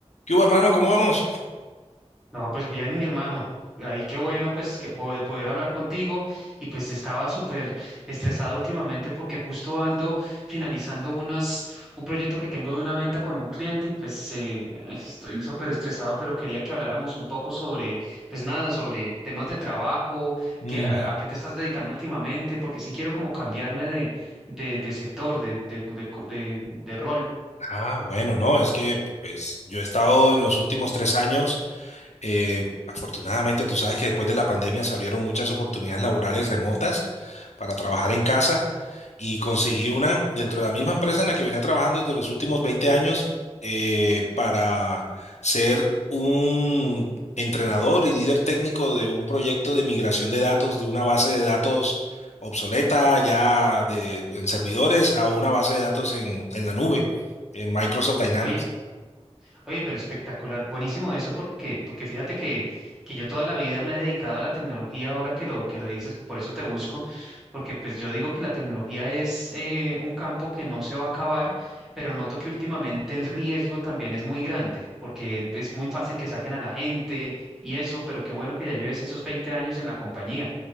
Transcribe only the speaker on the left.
¿Qué hubo, hermano? ¿Cómo vamos?
Mm,
ah, bueno, no, es que pues, yo he estado en los últimos tres años, eh, afortunadamente tú sabes que después de la pandemia se abrieron muchas oportunidades laborales remotas para trabajar en casa y conseguí una dentro de la misma empresa en la que venía trabajando desde los últimos 20 años eh, para ser un entrenador y líder técnico de un proyecto de migración de datos de una base de datos obsoleta ya de, en servidores a una base de datos en, en la nube, en Microsoft Dynamics.